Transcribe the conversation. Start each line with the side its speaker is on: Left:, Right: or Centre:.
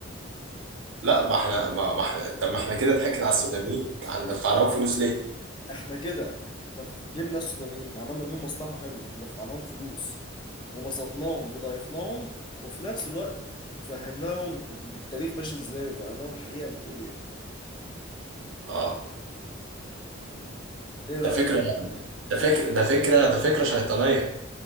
Right: لا ما احنا ما ما احنا طب ما احنا كده ضحكنا على السودانيين هندفع لهم فلوس
Left: احنا
Right: ليه؟
Left: احنا كده دف... جبنا السودانيين عملنا بيهم مصلحة حلوة ودفعناهم فلوس وبسطناهم وضايفناهم وفي نفس الوقت فهمناهم التاريخ ماشي ازاي وفهمناهم الحقيقة بتقول ايه
Right: اه
Left: ايه رأيك
Right: ده فكره
Left: في الحوار ده؟
Right: ده فكره ده فكره ده فكره شيطانيه